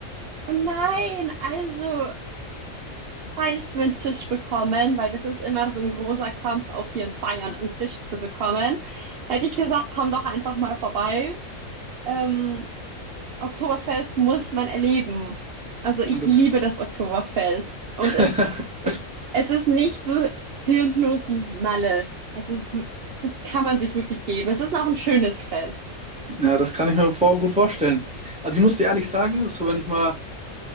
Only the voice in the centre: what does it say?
Und das,
<laughs>
ja, das kann ich mir vor, gut vorstellen. Also ich muss dir ehrlich sagen, das ist so, wenn ich mal